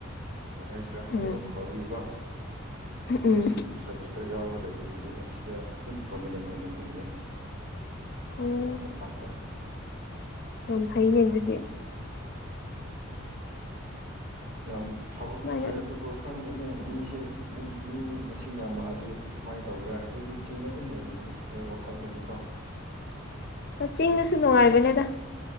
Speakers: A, on the right; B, on the left.
A: ꯌꯥ ꯍꯥꯏꯁꯤꯔꯥ
B: ꯎꯝ
A: ꯂꯥꯏꯕꯛ ꯐꯕꯤꯌꯦꯀꯣ
B: ꯎꯝ
A: ꯑꯗꯨꯝ ꯑꯦꯛꯇꯤꯞ ꯁꯥꯔꯚꯤꯁꯇ ꯌꯥꯎꯔꯒ ꯂꯩ ꯍꯧꯛ ꯍꯧꯖꯤꯛ ꯑꯁꯤꯗ ꯑꯗꯨꯝ ꯄꯔꯃꯅꯦꯟ ꯑꯣꯏꯅꯗꯤ ꯂꯩꯌꯦ
B: ꯑꯣ
A: ꯇꯝꯄꯥꯛꯇ
B: ꯌꯥꯝ ꯍꯩꯅꯦ ꯑꯗꯨꯗꯤ
A: ꯌꯥꯝ ꯐꯕꯕꯨꯗꯤ
B: ꯁꯨꯃꯥꯏꯅ
A: ꯐꯩ ꯑꯗꯨꯕꯨ ꯈꯪꯗꯅꯦ ꯃꯤꯁꯦ ꯌꯨꯝ ꯃꯤ ꯃꯁꯤꯡ ꯌꯥꯝꯃꯛꯑꯗꯤ ꯀꯃꯥꯏꯅ ꯇꯧꯒꯦꯔꯥ ꯑꯩꯗꯤ ꯆꯤꯡꯗ ꯑꯗꯨꯝ ꯂꯩꯅꯤꯡꯉꯦ ꯍꯦꯛ ꯋꯥꯈꯜꯗꯗꯤ ꯀꯣ
B: ꯆꯤꯡꯗꯁꯨ ꯅꯨꯡꯉꯥꯏꯕꯅꯦꯗ